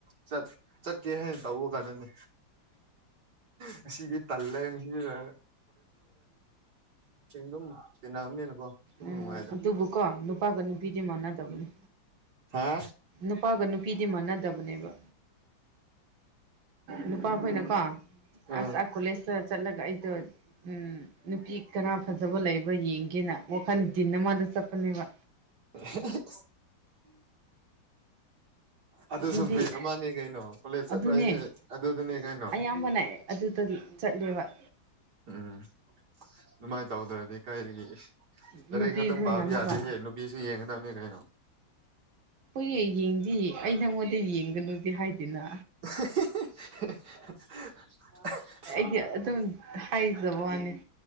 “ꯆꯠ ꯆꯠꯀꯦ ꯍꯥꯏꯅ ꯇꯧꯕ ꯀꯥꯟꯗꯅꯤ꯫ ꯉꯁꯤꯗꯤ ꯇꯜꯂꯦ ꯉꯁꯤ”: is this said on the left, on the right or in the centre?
Right